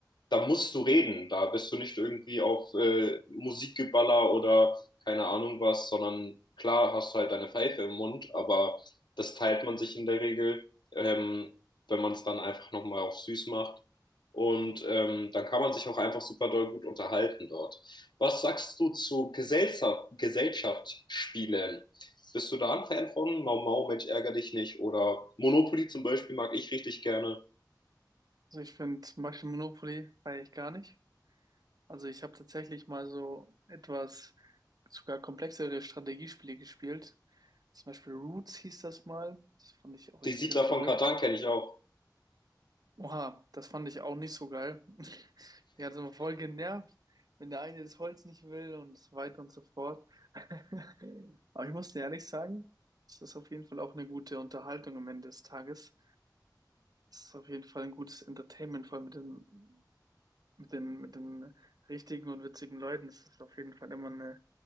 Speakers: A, on the left (about 80°); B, on the right (about 60°).
A: da musst du reden. Da bist du nicht irgendwie auf äh, Musikgeballer oder keine Ahnung was, sondern klar hast du halt deine Pfeife im Mund, aber das teilt man sich in der Regel, ähm, wenn man es dann einfach nochmal auf süß macht. Und ähm, dann kann man sich auch einfach super doll gut unterhalten dort. Was sagst du zu Gesellschaft, Gesellschaftsspielen? Bist du da ein Fan von? Mau Mau, Mensch, ärger dich nicht. Oder Monopoly zum Beispiel mag ich richtig gerne.
B: Also ich finde zum Beispiel Monopoly feiere ich gar nicht. Also ich habe tatsächlich mal so etwas sogar komplexere Strategiespiele gespielt. Zum Beispiel Roots hieß das mal. Das fand ich auch
A: Die
B: extrem
A: Siedler
B: verrückt.
A: von Katan kenne ich auch.
B: Oha, das fand ich auch nicht so geil. <laughs> Mir hat es immer voll genervt, wenn der eine das Holz nicht will und so weiter und so fort. <laughs> Aber ich muss dir ehrlich sagen, es ist auf jeden Fall auch eine gute Unterhaltung am Ende des Tages. Es ist auf jeden Fall ein gutes Entertainment, vor allem mit den, mit den, mit den richtigen und witzigen Leuten. Es ist auf jeden Fall immer eine